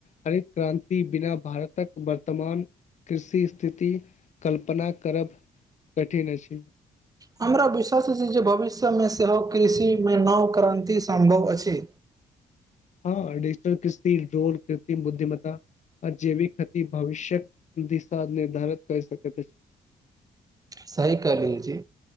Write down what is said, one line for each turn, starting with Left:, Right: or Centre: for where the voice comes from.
Left: हरित क्रान्ति बिना भारतक वर्तमान कृषि स्थिति, कल्पना करब कठिन अछि।
Right: हमरा विश्वास छी जे, भविष्यमे सेहो कृषि मे नओ क्रान्ति सम्भव अछि।
Left: <unintelligible> हँ डजिटल कृस्ति ड्रोन, कृत्रिम बुद्धिमत्ता। आजैविक हति भविष्यक दिशा निर्धारित क सकैत अछि।
Right: सही कहलु जी।